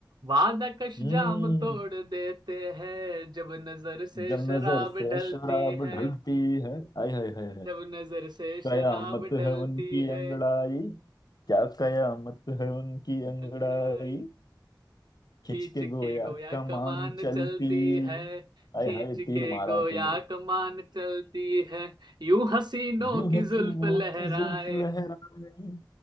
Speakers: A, on the right; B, on the left.
A: वादा कश
B: हम्म
A: जाम तोड़ देते हैं जब नजर से
B: जब
A: शराब
B: नजर से
A: ढलती
B: शराब
A: है
B: ढलती है आय हाय हाय हाय
A: जब नजर से
B: कयामत
A: शराब ढलती
B: है उनकी
A: है
B: अंगड़ाई क्या कयामत है उनकी
A: उसकी
B: अंगड़ाई
A: अंगड़ाई
B: खिंच
A: खींच
B: के
A: के
B: गोया
A: गोया
B: कमान
A: कमान
B: चलती
A: चलती है
B: हाय
A: खींच
B: हाय तीर
A: के
B: मारा
A: गोया
B: तीर
A: कमान चलती है यूं हसीनों
B: यूं
A: की
B: हसीनों
A: जुल्फ लहराए
B: की जुल्फ लहराए